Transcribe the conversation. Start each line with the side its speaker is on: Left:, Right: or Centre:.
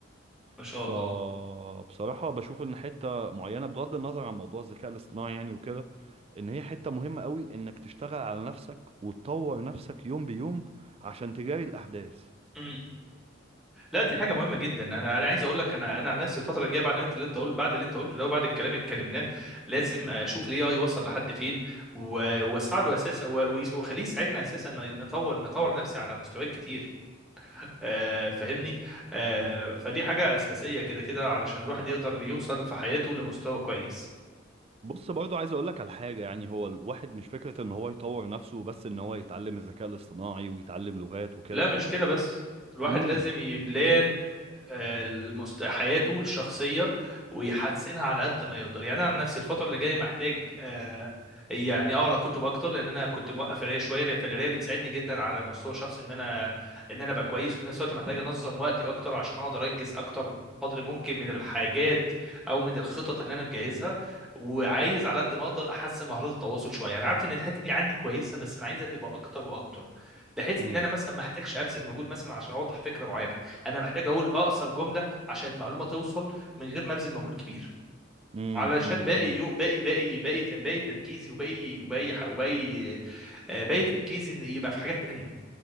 Centre: ما شاء
Right: فبصراحة
Centre: الله
Right: بشوف ان حتة معينة بغض النظر عن موضوع الذكاء الاصطناعي يعني وكده ان هي حتة مهمة قوي انك تشتغل على نفسك وتطور نفسك يوم بيوم عشان تجاري الاحداث
Centre: امم لا دي حاجه مهمه جدا انا انا عايز اقول لك انا انا عن نفسي الفتره الجايه بعد ما انت اللي انت قلت بعد اللي انت قلته ده وبعد الكلام اللي اتكلمناه لازم اشوف الاي اي وصل لحد فين و- واساعده اساسا و- و- واخليه يساعدنا اساسا إن نطور نطور نفسي على مستويات كتير آه فاهمني آه فدي حاجه اساسيه كده كده علشان الواحد يقدر يوصل في حياته لمستوى كويس
Right: بص برضو عايز اقول لك على حاجه يعني هو الواحد مش فكره ان هو يطور نفسه بس ان هو يتعلم الذكاء الاصطناعي ويتعلم لغات وكده
Centre: لا مش كده بس الواحد
Right: امم
Centre: لازم يبلان المست... حياته الشخصية ويحسنها على قد ما يقدر يعني أنا عن نفسي الفترة اللي جاية محتاج آه، يعني أقرأ كتب أكتر لأن أنا كنت موقف قراية شوية لأن فالقراية بتساعدني جدا على المستوى الشخصي إن أنا إن أنا أبقى كويس وفي نفس الوقت محتاج أنظم وقتي أكتر عشان أقدر أنجز أكتر قدر ممكن من الحاجات أو من الخطط اللي أنا مجهزها وعايز على قد ما أقدر أحسن مهارات التواصل شوية أنا عارف إن الحتة دي عندي كويسة بس أنا عايزها تبقى أكتر وأكتر بحيث
Right: امم
Centre: إن أنا مثلا ما أحتاجش أبذل مجهود مثلا عشان أوضح فكرة معينة انا محتاج اقول اقصر جمله عشان المعلومه توصل من غير ما ابذل مجهود كبير
Right: امم
Centre: علشان
Right: امم
Centre: باقي
Right: امم
Centre: يو باقي باقي باقي تن- باقي تركيزي وباقي وباقي ح- وباقي آه، باقي تركيزي إن يبقى في حاجات تانية